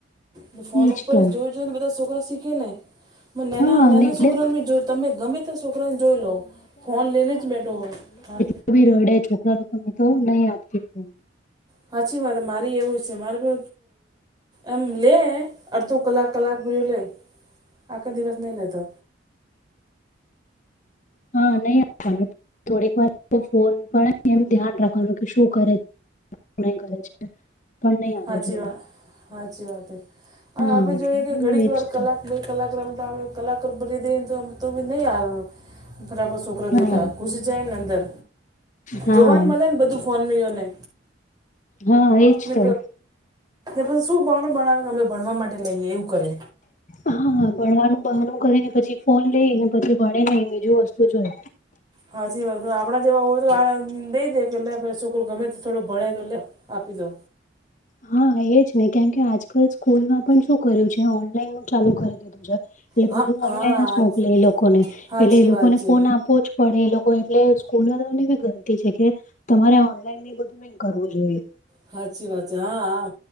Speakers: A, on the right; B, on the left.
A: છે ફોન
B: એજ
A: ઉપર
B: તો
A: જોયું જોઈ ને બધા છોકરા શીખે ને નાના
B: હા
A: નાના
B: અને એટલે
A: છોકરાઓ જો તમે ગમે છોકરાને જોઈ લો ફોન લઈને જ બેઠો હો હા
B: પછી રડે છોકરા લોકોને તો નહી આપતી ફોન.
A: સાચી વાત મારી એવું છે મારે કો એમ લે અડધો કલાક કલાક ભલે આખા દિવસ નહી લેતો.
B: હા નહી અ થોડીક વાર ફોન પણ એમ ધ્યાન રાખવાનું કે શું કરે છે. કરે છે. પણ નહીં આપવો
A: સાાચી
B: જોઈએ.
A: વાત સાાચી વાત હ
B: હા
A: આપે જોઈએ કે ઘડીક
B: એજ
A: વાર કલાક
B: તો.
A: બે કલાક રમતા હોય કલાક બરી દઈ તો બી નહી આવે ઘરા <unintelligible> છોકરા
B: હા
A: દેતા ઘુસી જાય ને અંદર
B: હા
A: જોવાનું મળે ને બધું ફોન મીઓને.
B: હા એજ
A: ને
B: તો
A: પછી શું બણો બણાવ અમે ભણવા માટે લઈએ એવું કરે.
B: હા ભણવાનું બહનું કરી ને પછી ફોન લઈને પછી ભણે ને બીજું વસ્તુ જોઈ
A: હાચી વાત આપણા જેવા હોય તો આ દઈ દે કે લે પછી છોકરો ગમે થોડો ભણે તો લે આપી દો
B: હા એજ ને કેમકે આજકાલ સ્કૂલમાં પણ શું કર્યું છે ઓનલાઈન ચાલુ કરી દીધું છે. એટલે
A: હા
B: બધું
A: હા
B: ઓનલાઈન જ મોકલે એ લોકોને
A: હાચી
B: એટલે એ લોકોને
A: વાત છે
B: ફોન આપો જ પડે એ લોકો એટલે સ્કૂલની બી ગલતી છે કે તમારે ઓનલાઈન ને બધું નઈ કરવું જોઈએ
A: સાાચી વાત છે હા હા